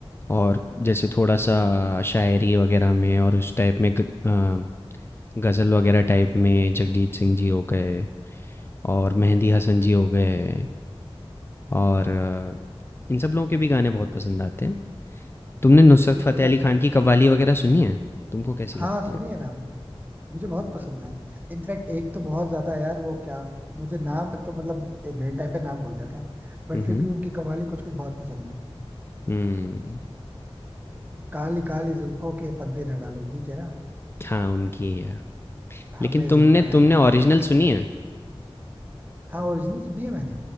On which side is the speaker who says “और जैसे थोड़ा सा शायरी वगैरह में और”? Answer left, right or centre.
Left